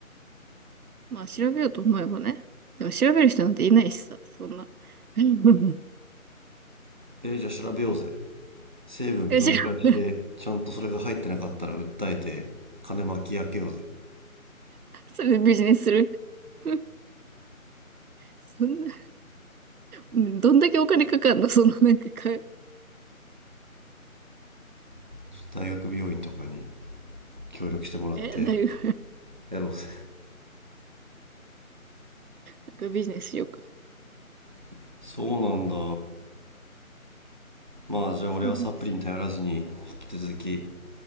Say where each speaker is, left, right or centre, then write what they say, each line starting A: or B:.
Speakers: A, on the right; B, on the right.
A: まあ調べようと思えばね。でも調べる人なんていないしさ、そんな。<laughs>
B: えーじゃあ調べようぜ。成分分解して、
A: 調違う。
B: ちゃんとそれが入ってなかったら訴えて、金巻き上げようぜ。
A: それでビジネスする。<laughs> そんな、うんどんだけお金かかんのその、なんかか、
B: ちょっと大学病院とかに協力してもらって、
A: え、だいぶ、
B: やろうぜ。
A: なんかビジネスしようか。
B: <laughs> そうなんだ。まあじゃあ俺はサプリに頼らずに、
A: そうなんです。
B: 引き続き